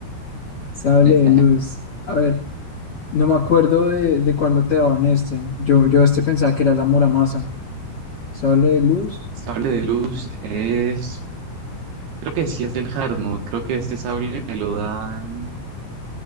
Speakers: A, on the left; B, on the right.
A: Sable
B: <laughs>
A: de luz. A ver, no me acuerdo de, de cuándo te daban este. Yo, yo este pensaba que era la Muramasa. Sable de luz.
B: El sable de luz es, creo que sí es del hard mode. Creo que este sable te lo dan,